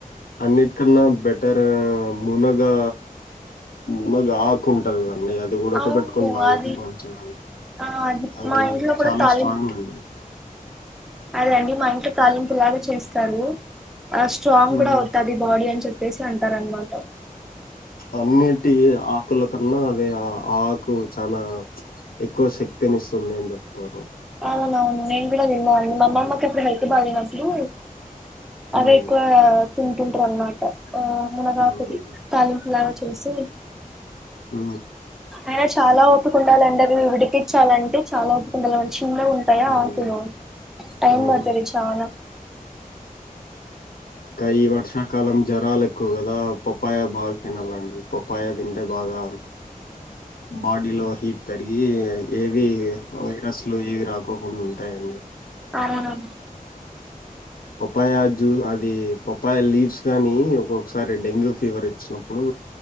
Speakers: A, on the left (about 80°); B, in the centre.
A: అన్నిట్ కన్నా బెట్ అంటర్ మునగా మునగ ఆాకుంటది అడి అది కూడా ఒక
B: అవును
A: పెట్టుకుని తాగితే
B: అది
A: మంచిదని
B: ఆ
A: అది
B: మా ఇంట్లో కూడా
A: చాలా
B: తాలింపు
A: స్ట్రాంగ్ అండి
B: అదే అండి మా ఇంత తాల ఇంట్లాగ చేస్తారు ఆ స్ట్రాంగ్
A: మ్మ్
B: కూడా అవుతాది బాడీ అని చెప్పేసి అంటారు అనమాట
A: అన్నిటి హకుల కన్నా అదే ఆ ఆకు చనా ఎక్కువ శక్తిని ఇస్తుంది అని చెప్తారు.
B: అవున అవును నేను కూడా విన్నాను మా అమ్మమ్మకి
A: మ్మ్
B: అప్పుడు హెల్త్ బాలేనప్పుడు. అదే
A: మ్మ్
B: ఎక్కువ తింటుంటారు అన్నమాట ఆ మన కాపోది
A: మ్మ్
B: తాలింపులా చే. చేసి
A: ఆ
B: అయనా చాలా ఒపకుండాలంటడివు విడికిచ్చాలంటే చాలా ఒపకుండాల అంట చిన్న ఉంటాయా
A: హ్మ్
B: ఆకును టైం
A: హ్మ్.
B: పడుతుంది చానా
A: ఇకా ఈ వర్షాకాలం జ్వరాలు ఎక్కువ కదా పప్పాయ బాగా తినాలండి పప్పా తింటే బాగా బాడీలో హీట్ తరిగి ఏవి వైరస్లు ఏవి రాకోకుండా ఉంటాయండి
B: అవునవు
A: పప్పాయ జ్యూస్ అది పప్పాయ లీవ్స్ కాగానీ ఒక్కొక్కసారి డెంగ్యూ ఫీవర్ ఇచ్చినప్పుడు